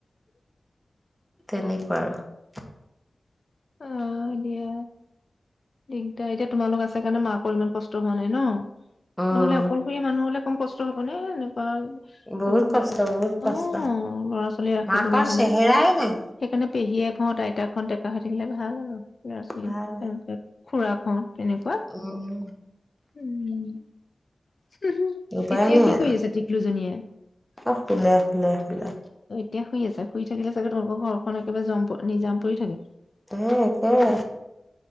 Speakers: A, in the centre; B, on the left.
A: তেনেকুৱা আৰু।
B: অ দিয়া দিগদাৰ এতিয়া তোমালোক আছে কাৰণে মাকৰ ইমান কষ্ট হোৱা নাই ন।
A: উম
B: নহ'লে অকলশৰীয়া মানুহ হ'লে কম কষ্ট হব নে নে। হয়
A: বহুত কষ্ট
B: ল
A: বহুত কষ্ট
B: অ ল'ৰা ছোৱালী ৰাখিবলৈ
A: মাকৰ
B: হলে
A: চেহেৰাই নাই
B: সেইকাৰণে পেহীয়েকহঁত আইতাক- এখন ডেকা - -দিলে ভাল আৰু- লৰা ছোৱালী,
A: ভাল
B: তাৰপিছত খুৰাকহত। তেনেকোৱা
A: উম
B: হু হু
A: উপায়
B: এতিয়া
A: নাই
B: কি
A: আৰু
B: কৰি আছে টিকলুজনীয়ে?
A: চব শুলে শুলে শুলে
B: এতিয়া- শুই আছে, শুই থাকিলে চাগে তেওঁলোকৰ ঘৰখন একেবাৰে জম নিজাম পৰি থাকে?
A: এ একেবাৰে,